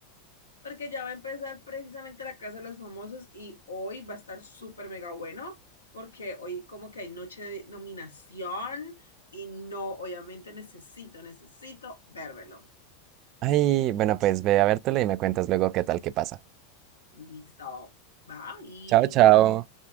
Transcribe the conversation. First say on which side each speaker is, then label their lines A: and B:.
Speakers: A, on the left; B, on the right.
A: Porque ya va a empezar precisamente la Casa de los Famosos y hoy va a estar súper mega bueno, porque hoy como que hay noche de nominación y no, obviamente necesito, necesito vérmelo.
B: Ay, bueno, pues ve a vértelo y me cuentas luego qué tal, qué pasa.
A: Listo, bye.
B: Chao, chao.